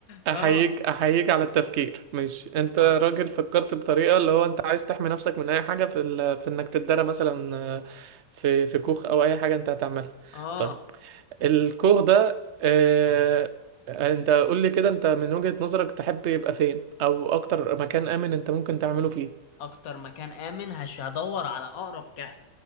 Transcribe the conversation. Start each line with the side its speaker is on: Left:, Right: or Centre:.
Right: احييك
Left: اه
Right: احييك على التفكير ماشي انت
Left: ما-
Right: راجل فكرت بطريقه اللي هو انت عايز تحمي نفسك من اي حاجه في ال... في انك تتدرى مثلا آه، في في كوخ او اي حاجه انت هتعملها
Left: اه
Right: طيب الكوخ ده آه... انت قول لي كده انت من وجهة نظرك تحب يبقى فين او اكتر مكان امن انت ممكن تعمله فيه
Left: اكتر مكان امن هش هدور على اقرب كهف